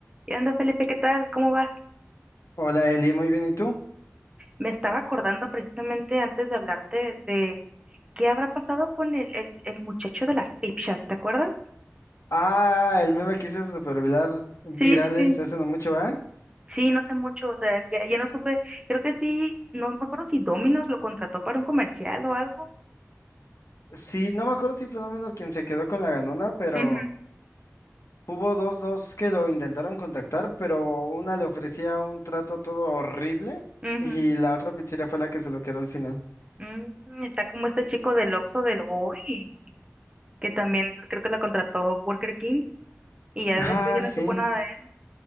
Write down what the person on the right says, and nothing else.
¿Qué onda, Felipe? ¿Qué tal? ¿Cómo vas?
Me estaba acordando precisamente antes de hablarte de qué habrá pasado con el, el, el muchacho de las pipchas, ¿te acuerdas?
Sí, sí, sí.
Sí, no sé mucho, o sea, ya, ya no supe, creo que sí, no me acuerdo si Domino's lo contrató para un comercial o algo.
Ujú,
ujú.
Mm, está como este chico del Oxxo del Hoy, que también creo que lo contrató Burger King y ya
después ya no
supo nada de él.